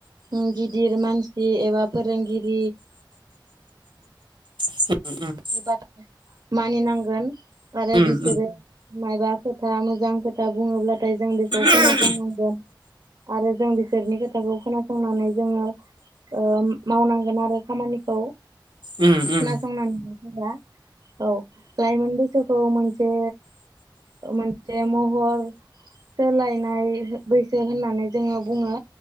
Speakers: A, on the right; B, on the right.
A: उम गिदिर मानसि एबा फोरोंगिरि
B: <inaudible>
A: <unintelligible> मानिनांगोन आरो
B: उम
A: बिसोरो मायबा खोथा मोजां खोथा बुङोब्लाथाय जों बेखौ
B: उम
A: खोनासंनांगोन आरो जों बिसोरनि खोथाखौ खोनासंनानै जोङो ओ मावनांगोन आरो खामानिखौ
B: उम उम
A: खोनासंनानै <unintelligible> औ लाइमोन बैसोखौ मोनसे मोनसे महर सोलायनाय बैसो होननानै जोङो बुङो